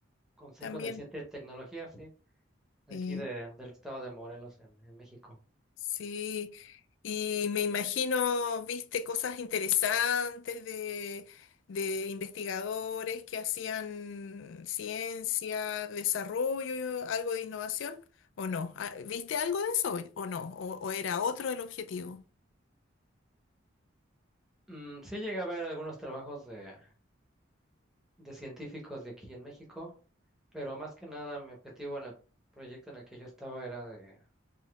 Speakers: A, in the centre; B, on the left (about 70°).
A: Consejo
B: También.
A: de Ciencia y Tecnología, sí, de
B: Sí.
A: aquí de, del estado de Morelos en, en México.
B: Sí, y me imagino, viste cosas interesantes de, de investigadores que hacían ciencia, desarrollo, algo de innovación, ¿o no? Ah, ¿Viste algo de eso o no? ¿O, o era otro el objetivo?
A: Mm, sí llegué a ver algunos trabajos de, de científicos de aquí en México, pero más que nada mi objetivo en el proyecto en el que yo estaba era de